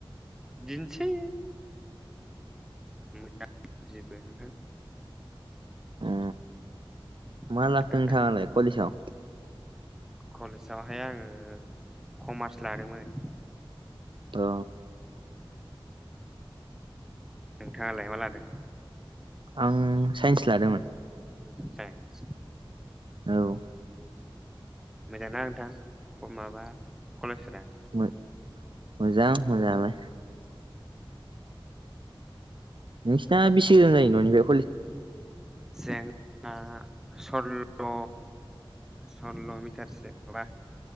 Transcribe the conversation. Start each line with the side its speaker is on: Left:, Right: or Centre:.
Centre: दिनोसै मोजां जबो नोंथां
Right: उ मा
Centre: फैसा
Right: लाखै
Centre: थाखानि
Right: नोंथाङालाय कलिसाव?
Centre: कलेजावहाय आङो कमार्स लादोंमोन
Right: अ
Centre: नोंथाङालाय मा लादों?
Right: आं साइन्स लादोंमोन
Centre: साइन्स
Right: औ
Centre: मोजां ना नोंथां क माबा कलेजफोरा?
Right: मो मोजां मोजाङालाय नोंसिना बेस गोजान जायो ननिफाय
Centre: जोंना सल्ल सल्ल मिटार सो बा